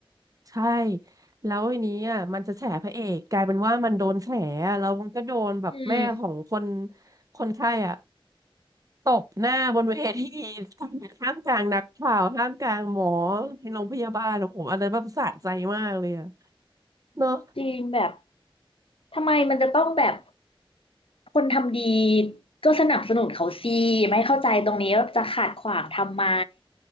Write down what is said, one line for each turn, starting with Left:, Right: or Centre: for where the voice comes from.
Right: ใช่แล้วทีนี้อ่ะมันจะแฉพระเอกกลายเป็นว่ามันโดนแฉอะแล้วมันก็โดนแบบแม่ของคน
Left: อืม
Right: คนไข้อ่ะตบหน้าบนเวที <laughs> ท่ามกลางนักข่าวท่ามกลางหมอในโรงพยาบาลโอ้โหอันนั้รแบบสะใจมากเลยอ่ะเนอะ
Left: จริงแบบทำไมมันจะต้องแบบคนทำดีก็สนับสนุนเขาสิไม่เข้าใจตรงนี้ว่าจะขัดขวางทำไม